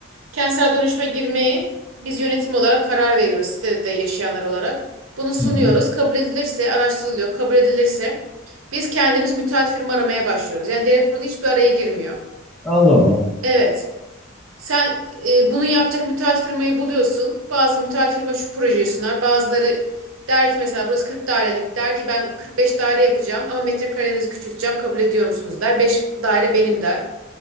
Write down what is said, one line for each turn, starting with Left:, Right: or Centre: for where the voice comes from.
Right: Kentsel dönüşüme girmeyi biz yönetim olarak karar veriyoruz sitede yaşayanlar olarak. Bunu sunuyoruz.
Centre: Hı hı.
Right: Kabul edilirse araştırılıyor. Kabul edilirse biz kendimiz müteahhit firma aramaya başlıyoruz. Yani devlet burada hiçbir araya girmiyor.
Centre: Allah Allah.
Right: Evet. Sen e, bunu yapacak müteahhit firmayı buluyorsun. Bazı müteahhit firma şu projeyi sunar. Bazıları der ki mesela burası 40 dairelik. Der ki ben 45 daire yapacağım ama metrekarelerinizi küçülteceğim. Kabul ediyor musunuz der. 5 daire benim der.